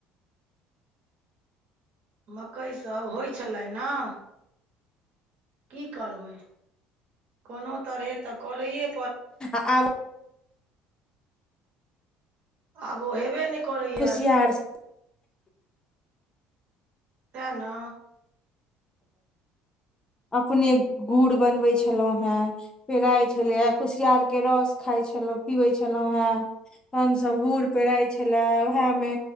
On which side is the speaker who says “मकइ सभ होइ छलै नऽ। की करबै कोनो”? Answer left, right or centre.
Right